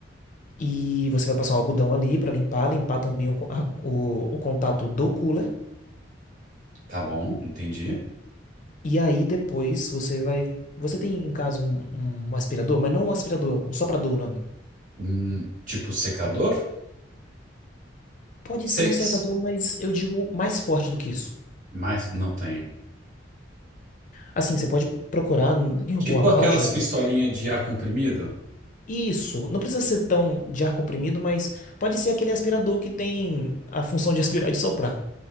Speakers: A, on the left (about 45°); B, on the right (about 45°).
A: E você vai passar um algodão ali para limpar, limpar também o, co- a- o, o contato do cooler.
B: Tá bom, entendi.
A: E aí depois você vai. Você tem em casa um, um aspirador, mas não um aspirador, um soprador o nome.
B: Hum, tipo secador?
A: Pode
B: Seis.
A: ser um secador, mas eu digo mais forte do que isso.
B: Mas não tenho.
A: Assim, você pode procurar em em alguma
B: Tipo
A: loja.
B: aquelas pistolinhas de ar comprimido?
A: Isso, não precisa ser tão de ar comprimido, mas pode ser aquele aspirador que tem a função de aspirar e de soprar.